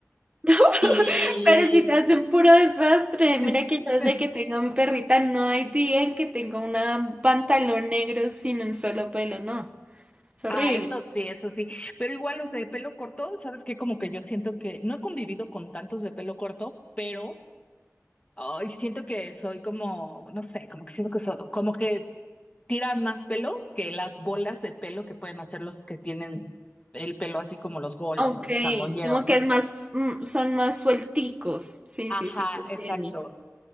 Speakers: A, on the right; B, on the left.
A: <laughs>
B: Y...
A: Pero si te hacen puro desastre,
B: <laughs>
A: mira que yo desde que tengo a mi perrita no hay día en que tenga un pantalón negro sin un solo pelo, no, es horrible.
B: Ah, eso sí, eso sí. Pero igual los de pelo corto, ¿sabes qué? Como que yo siento que no he convivido con tantos de pelo corto, pero Ay, siento que soy como, no sé, como que siento que soy, como que tiran más pelo que las bolas de pelo que pueden hacer los que tienen el pelo así como los Golden
A: Ok,
B: o los Samoyedo,
A: como
B: ¿no?
A: que es más, mm, son más suelticos. Sí,
B: Ajá,
A: sí, sí, te entiendo.
B: exacto.